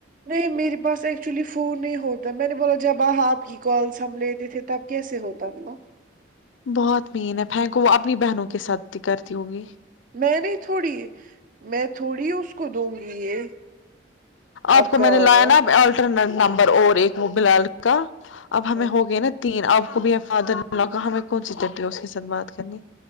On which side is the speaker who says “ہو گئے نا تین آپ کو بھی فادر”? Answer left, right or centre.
Left